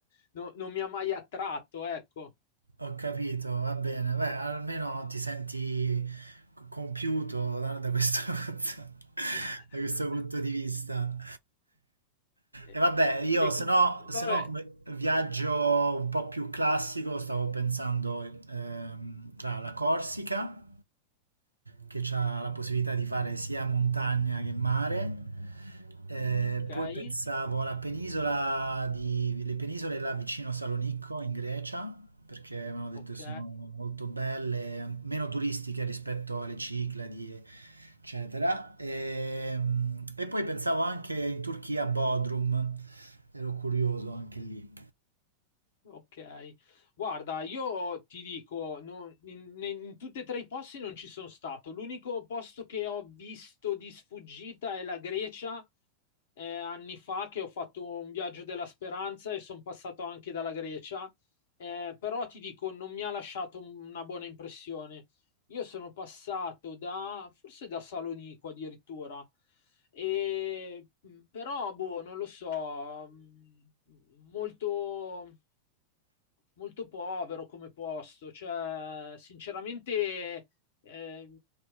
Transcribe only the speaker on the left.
no- non mi ha mai attratto, ecco.
<laughs>
E-
e
cu-
vabbè,
ok,
ok,
ok. Guarda, io ti dico, non- in, in- in tutti e tre i posti non ci sono stato. L'unico posto che ho visto di sfuggita è la Grecia. eh, anni fa che ho fatto un viaggio della speranza e sono passato anche dalla Grecia. Eh, però ti dico, non mi ha lasciato un- una buona impressione. Io sono passato da, forse da Salonico addirittura, e, mh, però, boh, non lo so, mh, molto, molto povero come posto, cioè, sinceramente, eh,